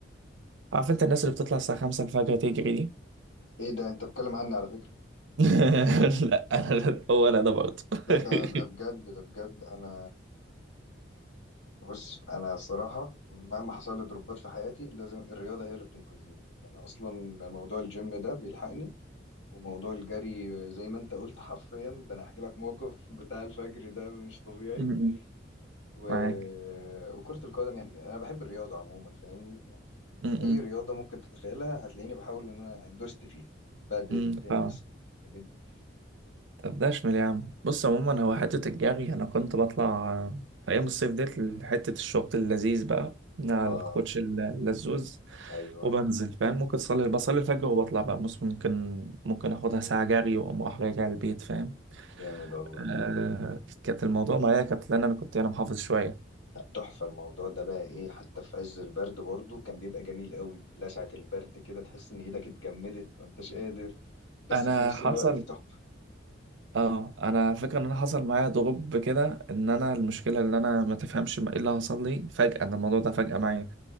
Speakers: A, on the right (about 75°); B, on the left (about 80°).
A: عارف انت الناس اللي بتطلع الساعة 5 الفجر تجري دي
B: ايه ده انت بتتكلم عني على فكرة
A: <laughs> لا انا هو انا ده برضه <laughs>
B: لا ده ده بجد ده بجد انا <laughs> بص انا الصراحه مهما حصل لي ضربات في حياتي لازم الرياضه هي اللي بتنقذني فانا اصلا موضوع الجيم ده بيلحقني وموضوع الجري زي ما انت قلت حرفيا ده انا هحكي لك موقف <laughs> بتاع الفجر ده مش طبيعي
A: م-م.
B: و...
A: معاك
B: وكرة القدم يعني انا بحب الرياضه عموما فاهمني يعني
A: م-م.
B: اي رياضه ممكن تتخيلها هتلاقيني بحاول ان انا دوست فيها بدل
A: م،
B: تنس
A: م. فاهم
B: الحاجات دي
A: طب ده اشمل يا عم بص عموما هو حتة الجري انا كنت بطلع في ايام الصيف ديت حتة الشورت اللذيذ بقى مع
B: اه
A: الكوتش اللزوز
B: ايوه
A: وبنزل فاهم ممكن صلي بصلي الفجر وبطلع بقى بص ممكن ممكن اخدها ساعة جري واقوم رايح راجع البيت فاهم
B: جامد والله
A: آه كانت الموضوع معايا كانت لان انا كنت انا محافظ شويه
B: لا تحفة الموضوع ده بقى ايه حتى في عز البرد برضو كان بيبقى جميل قوي لسعة البرد كده تحس ان ايدك اتجمدت ما انتش قادر بس
A: انا
B: في نفس
A: حصل
B: الوقت تحفة
A: اه انا فكرة ان انا حصل معايا ضغوط كده ان انا المشكله ان انا ما تفهمش ما- ايه اللي حصل لي فجاه ان الموضوع ده فجاه معايا